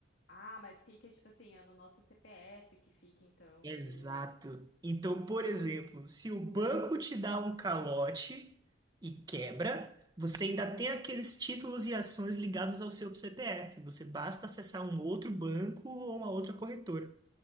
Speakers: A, on the left (about 85°); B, on the right (about 20°).
A: Ah, mas fica, tipo assim, é no nosso CPF que fica, então,
B: Exato.
A: o.
B: Então, por exemplo, se o banco te dá um calote e quebra, você ainda tem aqueles títulos e ações ligados ao seu CPF. Você basta acessar um outro banco ou uma outra corretora.